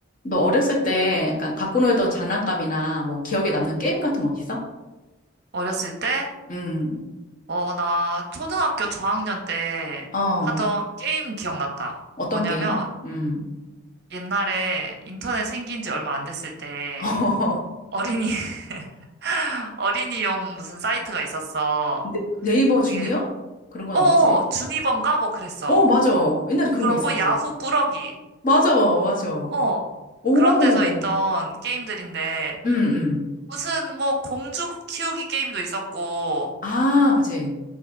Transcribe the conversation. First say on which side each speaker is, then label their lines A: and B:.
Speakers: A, on the left; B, on the right.
A: 너 어렸을 때 약간 갖고 놀던 장난감이나 뭐 기억에 남는 게임 같은 거 있어?
B: 어렸을 때?
A: 음,
B: 어, 나 초등학교 저학년 때
A: 어,
B: 하던 게임 기억났다.
A: 어떤
B: 뭐냐면
A: 게임? 음,
B: 옛날에 인터넷 생긴 지 얼마 안 됐을 때
A: <laughs> 어,
B: 어린이, <laughs> 어린이용 무슨 사이트가 있었어.
A: 네, 네이버
B: 그게,
A: 주니어? 그런 건
B: 어어,
A: 아니지?
B: 주니번가? 뭐 그랬어.
A: 어, 맞아. 옛날에 그런
B: 그러고
A: 거 있었지.
B: 야후 꾸러기.
A: 맞아, 맞아.
B: 어.
A: 오,
B: 그런 데서 있던 게임들인데
A: 음, 음.
B: 무슨 뭐 공주 키우기 게임도 있었고
A: 아, 그치.